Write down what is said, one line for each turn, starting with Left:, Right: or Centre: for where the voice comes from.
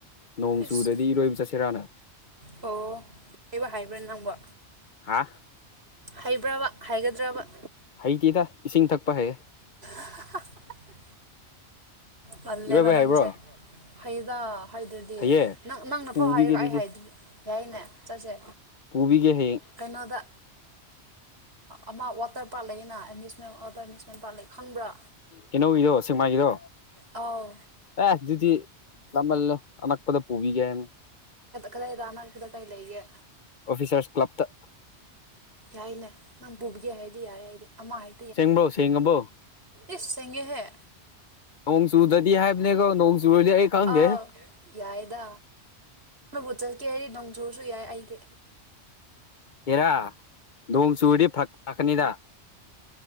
Left: ꯅꯣꯡ
Right: ꯏꯁ
Left: ꯆꯨꯗꯗꯤ ꯏꯔꯣꯏꯕ ꯆꯠꯁꯤꯔꯥꯅ
Right: ꯑꯣ ꯍꯥꯏꯕ ꯍꯥꯏꯕ꯭ꯔꯥ ꯅꯪꯕ
Left: ꯍꯥ
Right: ꯍꯩꯕ꯭ꯔꯕ ꯍꯥꯏꯒꯗ꯭ꯔꯕ
Left: ꯍꯩꯇꯦꯗ ꯏꯁꯤꯡ ꯊꯛꯄ ꯍꯩꯌꯦ
Right: <inaudible> ꯃꯜꯦꯕ
Left: ꯏꯔꯣꯏꯕ
Right: ꯅꯪꯁꯦ
Left: ꯍꯩꯕ꯭ꯔꯣ
Right: ꯍꯩꯗ ꯍꯥꯏꯗ꯭ꯔꯗꯤ
Left: ꯍꯩꯌꯦ
Right: ꯅꯪ ꯅꯪꯅꯐꯥꯎ
Left: ꯄꯨꯕꯤꯒꯦ
Right: ꯍꯥꯏꯔꯤꯕ
Left: ꯑꯗꯨꯗꯤ
Right: ꯑꯩ ꯍꯥꯏꯗꯗꯤ ꯌꯥꯏꯅꯦ ꯆꯠꯁꯦ
Left: ꯄꯨꯕꯤꯒ ꯍ
Right: ꯀꯩꯅꯣꯗ ꯑꯃ ꯋꯥꯇꯔ ꯄꯥꯔꯛ ꯂꯩꯅꯃ꯭ꯌꯨꯁꯃꯦꯟ ꯋꯥꯇꯔ ꯑꯦꯃ꯭ꯌꯨꯁꯃꯦꯟ ꯄꯥꯔꯛ ꯂꯩ ꯈꯪꯕ꯭ꯔꯥ
Left: ꯏꯅꯣ ꯏꯗꯣ ꯁꯤꯁꯤꯡꯃꯥꯒꯤꯗꯣ
Right: ꯑꯥꯎ
Left: ꯑꯦ ꯑꯗꯨꯗꯤꯃꯜ ꯑꯅꯛꯄꯗ ꯄꯨꯕꯤꯒꯅꯦ
Right: ꯀꯗꯥꯏꯗ ꯑꯅꯛꯄꯗ ꯀꯩ ꯂꯩꯒꯦ
Left: ꯑꯣꯐꯤꯁꯔꯁ ꯀ꯭ꯂꯕꯇ
Right: ꯌꯥꯏꯅꯦ ꯅꯪ ꯄꯨꯕꯒꯦ ꯍꯥꯏꯔꯗꯤ ꯌꯥꯔꯦ ꯍꯥꯏꯗꯤ ꯑꯃ ꯍꯥꯏ
Left: ꯁꯦꯡꯕ꯭ꯔꯣ ꯁꯦꯡꯉꯕ꯭ꯔꯣ
Right: ꯏꯁ ꯆꯉꯦꯍ
Left: ꯅꯣꯡ ꯆꯨꯗꯗꯤ ꯍꯥꯏꯕꯅꯦꯀꯣ ꯅꯣꯡ ꯆꯨꯗꯤ ꯑꯩ ꯈꯪꯒꯦ
Right: ꯑꯥꯎ ꯌꯥꯏꯗ ꯅꯅꯕꯨ ꯆꯠꯀꯦ ꯍꯥꯏꯗꯤ ꯅꯣꯡ ꯆꯨꯔꯁꯨ ꯌꯥꯏ ꯑꯩꯗꯤ
Left: ꯏꯔꯥ ꯅꯣꯡ ꯆꯨꯔꯗꯤ ꯐꯛꯀꯅꯤꯗ